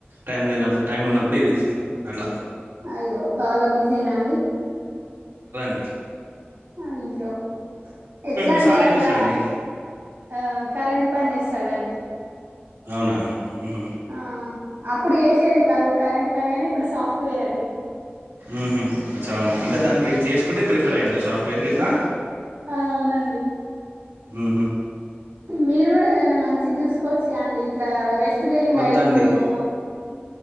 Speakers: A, on the right; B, on the right.
A: టైం లేనప్పుడు టైం ఉన్నప్పుడు ఇది అట్లా
B: అయ్యో బాగా బిజీనా అండి
A: డి
B: అయ్యో ఎట్లా
A: మీ
B: అండి
A: సార్
B: అట్లా
A: ఏం చేస్తాడండి
B: ఆ కరెంట్ పని చేస్తాడండి
A: అవునా మ్మ్హు
B: ఆ అప్ ప్పుడు చేసేది కరు కరెంట్ పని గని ఇప్పుడు సాఫ్ట్వేర్ అండి
A: ఉహు అచ అవున్నా అంటే దానికి చేసుకుంటే ప్రిపేర్ అయ్యండ సాఫ్ట్వేర్ గిట్లా
B: ఆ అవునండి
A: ఉహు
B: మీరు కూడా ఏదన్నా మంచి చూసుకోవచ్చు గద అండి ఇట్లా రెస్ లేన్
A: వద్దండి
B: లైఫు అ